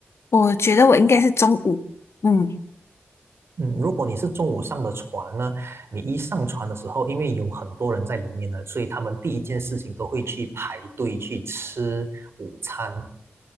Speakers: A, on the left; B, on the right.
A: 我觉得我应该是中午，嗯，
B: 嗯，如果你是中午上的船呢，你一上船的时候，因为有很多人在里面呢，所以他们第一件事情都会去排队去吃午餐。